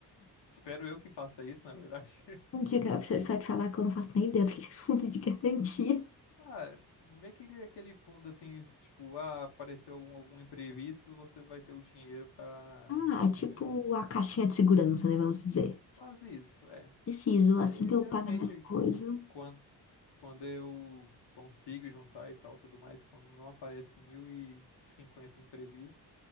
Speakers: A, on the left (about 70°); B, on the left (about 35°).
A: espero eu que faça isso, na verdade.
B: Um dia que a professora vai te falar que eu não faço nem ideia do que é fundo de garantia.
A: Ah, meio que ele- é aquele fundo assim, se, tipo, ah, apareceu algum, algum imprevisto, você vai ter o dinheiro pra.
B: Ah, é
A: Como
B: tipo
A: é que fala?
B: a caixinha de segurança, né? Vamos dizer.
A: Quase isso, é.
B: Preciso,
A: Aí
B: assim que
A: geralmente,
B: eu pagar minhas coisas,
A: tipo, quando, quando eu consigo juntar e tal, tudo mais, quando não aparece mil e cinquenta imprevistos.